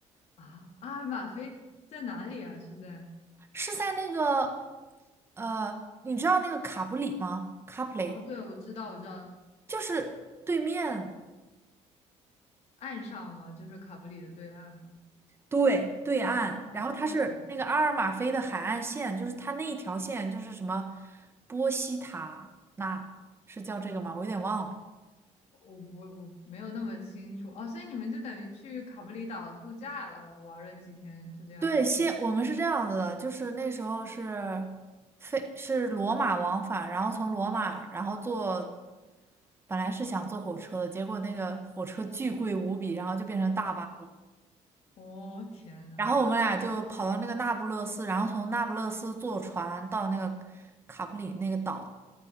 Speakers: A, on the left; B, on the right.
A: 啊，阿尔马菲在哪里啊？是在？
B: 是在那个呃，你知道那个卡布里吗？卡普里
A: 哦，对，我知道，我知道，
B: 就是对面。
A: 岸上嘛，就是卡布里的对岸嘛。
B: 对，对岸，
A: 哦，
B: 然后它是那个阿尔马菲的海岸线，就是它那一条线就是什么波西塔纳，是叫这个吗？我有点忘了。
A: 我我我没有那么清楚。哦，所以你们就等于去卡布里岛度假了，玩了几天，是这样吗？
B: 对，先我们是这样子的，就是那时候是飞是罗马往返，然后从罗马，然后坐本来是想坐火车的，结果那个火车巨贵无比，然后就变成大巴。了。
A: 哦，天呐，
B: 然后我们俩就跑到那个那不勒斯，然后从那不勒斯坐船到那个卡普里那个岛，